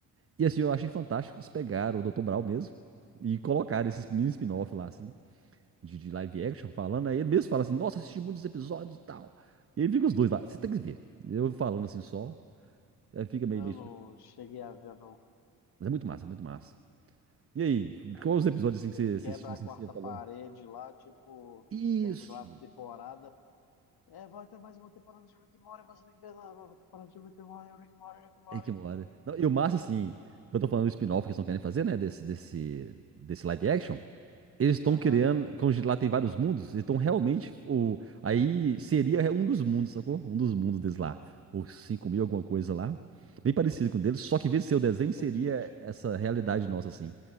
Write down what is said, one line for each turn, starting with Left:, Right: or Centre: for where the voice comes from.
Right: E assim, eu achei fantástico que eles pegaram o Dr. Brau mesmo e colocaram esses mini spin-off lá, assim, de, de live action, falando. Aí ele mesmo fala assim: Nossa, assisti muitos episódios e tal. E aí fica os dois lá, você tem que ver. Eu falando assim só, aí fica
Left: Eu
Right: meio, meio.
Left: não cheguei a ver, não.
Right: Mas é muito massa, muito massa. E aí,
Left: Aí
Right: quais
Left: ele,
Right: os episódios assim
Left: ele
Right: que você assistiu,
Left: quebra
Right: assim,
Left: a quarta
Right: que você falou?
Left: parede lá, tipo...
Right: Isso!
Left: Terminou a temporada, É, vai ter mais uma temporada de Rick and Morty, vai ser que ver a nova temporada de Rick and Morty, Rick and Morty, Rick and Morty.
Right: É que mora. Não, e o massa, assim, eu tô falando do spin-off que eles não querem fazer, né? Desse, desse, desse live action. Eles estão
Left: <clears throat> Aham,
Right: criando, como lá tem vários mundos, eles estão realmente. O, aí seria um dos mundos, sacou? Um dos mundos deles lá. Ou 5 mil, alguma coisa lá. Bem parecido com o deles, só que em vez de ser o desenho, seria
Left: entendi. Ti-
Right: essa realidade nossa, assim.